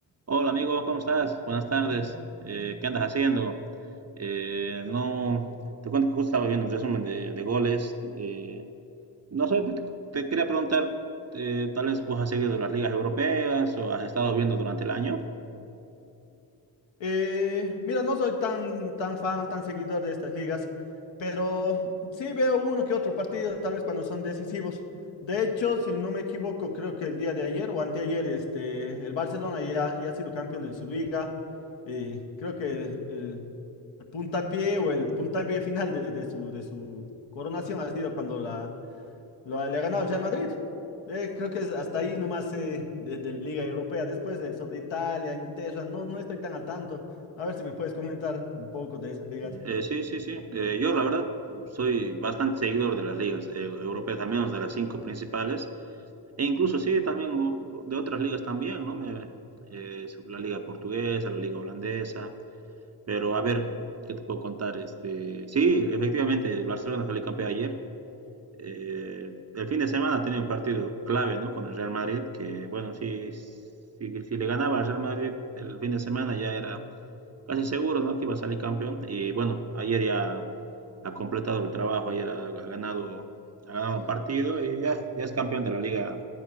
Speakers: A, on the right; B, on the left.
A: Hola amigo, ¿cómo estás? Buenas tardes. Eh, ¿qué andas haciendo? Eh, no, te cuento que justo estaba viendo un resumen de, de goles. Eh, no sé, te quería preguntar, eh, tal vez vos has seguido las ligas europeas o has estado viendo durante el año.
B: Eh, mira, no soy tan, tan fan, tan seguidor de estas ligas, pero sí veo uno que otro partido, tal vez cuando son decisivos. De hecho, si no me equivoco, creo que el día de ayer o anteayer, este, el Barcelona ya, ya ha sido campeón de su liga. y creo que el, el puntapié o el puntapié final de, de su, de su coronación ha sido cuando la, lo, le ha ganado al Real Madrid. Eh, creo que es hasta ahí nomás eh, de, de Liga Europea. Después de, sobre Italia, Inglaterra, no, no estoy tan al tanto. A ver si me puedes comentar un poco de esas ligas.
A: Eh, sí, sí, sí. Eh, yo la verdad soy bastante seguidor de las ligas eh, europeas, al menos de las cinco principales, e incluso sí, también o- de otras ligas también, ¿no? Me, eh, la liga portuguesa, la liga holandesa. Pero a ver, ¿qué te puedo contar? Este, sí, efectivamente, el Barcelona salió campeón ayer. Eh, el fin de semana tiene un partido clave, ¿no? Con el Real Madrid, que bueno, si, si, si le ganaba al Real Madrid el fin de semana ya era casi seguro, ¿no? Que iba a salir campeón. Y bueno, ayer ya ha completado el trabajo, ayer ha, ha ganado, ha ganado un partido y ya, ya es campeón de la Liga